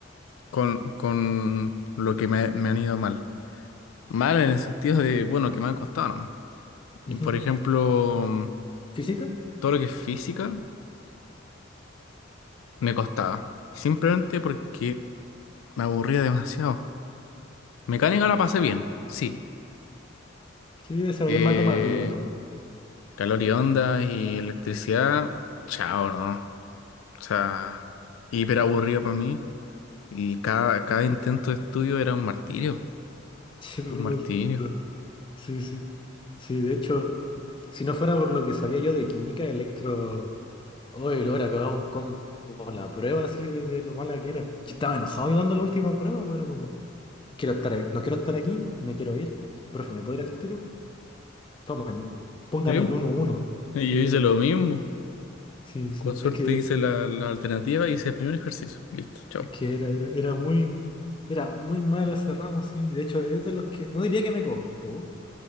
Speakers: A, on the left; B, on the left.
A: con, con lo que me, me han ido mal. Mal en el sentido de, bueno, que me han costado nomás. Y,
B: Ujú.
A: Por ejemplo,
B: ¿Física?
A: todo lo que es física me costaba. Simplemente porque me aburría demasiado. Mecánica la pasé bien, sí.
B: Sí, ese
A: Eh,
B: es matemático para todo.
A: calor y onda y electricidad, chao, ¿no? O sea, hiper aburrido para mí. Y cada, cada intento de estudio era un martirio.
B: <laughs>
A: Un martirio.
B: Chuta. Sí, sí. Sí, de hecho... Si no fuera por lo que sabía yo de química, Electro, hoy lo hubiera pegado un combo en la prueba así de, de lo mala que era. Yo estaba enojado llevando la última prueba, pues era como, quiero estar ahí- no quiero estar aquí, me quiero ir. Profe, ¿me puedo ir al tiro? Tomen, póngame
A: ¿Sí?
B: el uno 1 deje
A: Y yo
B: que
A: hice
B: me vaya.
A: lo mismo.
B: Sí, sí,
A: Con suerte
B: es que,
A: hice la, la alternativa y hice el primer ejercicio. Listo, chao.
B: es que era, era, era muy, era muy mal ese ramo, sí. De hecho, es de los que, no diría que me costó,